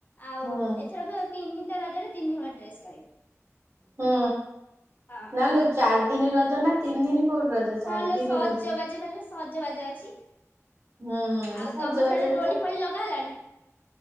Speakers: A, on the left; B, on the right.
A: ଆଉ
B: ହୁଁ
A: ଏଥରକ ତିନିଟା ରଜରେ ତିନି ହଳ ଡ୍ରେସ କରିବି।
B: ହୁଁ
A: ହଁ।
B: ନା ଲୋ ଚାରି ଦିନ ରଜ ନା ତିନି ଦିନ କୋଉଠି ରଜ ଚାରି
A: ହଁ ଲୋ
B: ଦିନ
A: ସଜବାଜ
B: ରଜ।
A: ଭାଲୋ ସଜବାଜ ଅଛି
B: ହୁଁ
A: ଆଉ
B: ସଜବାଜ
A: ତମ ସାଡେ ଡୋଳି
B: ତ
A: ଫୋଳି ଲଗା ହେଲାଣି।